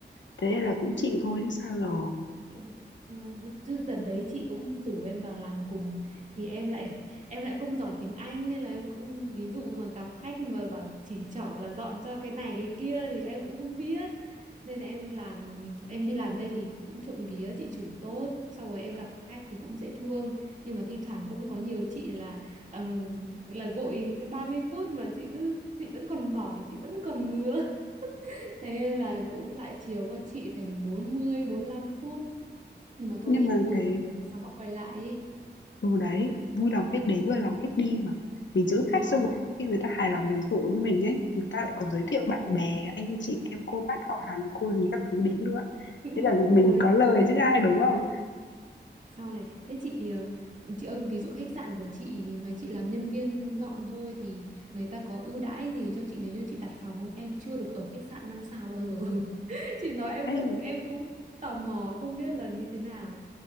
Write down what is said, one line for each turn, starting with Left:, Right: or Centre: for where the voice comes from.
Left: thế nên là cũng
Right: Ừ.
Left: chịu thôi chứ sao giờ
Right: Ừ, Chứ đợt đấy chị cũng rủ em vào làm cùng thì em lại em lại không giỏi tiếng Anh nên là em cũng ví dụ mà gặp khách mà bảo chỉ trỏ là dọn cho cái này cái kia thì em cũng không biết nên là em làm em đi làm đây thì cũng trộm vía chị chủ tốt sau rồi em gặp khách thì cũng dễ thương nhưng mà thi thoảng cũng có nhiều chị là ờm, là gội đến 30 phút mà chị cứ chị vẫn còn mỏi chị vẫn còn ngứa <laughs> thế là cũng lại chiều các chị thành 40 lăm phút nhưng mà thôi
Left: nhưng
Right: khách
Left: mà
Right: vui
Left: cái
Right: là được về sau họ quay lại ấy
Left: Ừ đấy, vui lòng khách đến, vui lòng khách đi mà. Mình giữ khách
Right: nhưng mà
Left: xong rồi có khi người ta hài lòng với dịch vụ với mình ấy, người ta lại còn giới thiệu bạn
Right: trời
Left: bè, anh chị em cô bác họ hàng cô gì các thứ đến nữa. Thế là
Right: Đúng rồi
Left: mình có lời chứ ai đúng không?
Right: sau này thế chị ờ, chị ơi ví dụ khách sạn của chị mà chị làm nhân viên dọn thôi thì người ta có ưu đãi gì cho chị nếu như chị đặt phòng không em chưa được ở khách sạn năm sao bao giờ <laughs> chị nói em vẫn
Left: Ê,
Right: em cũng tò mò không biết là như thế nào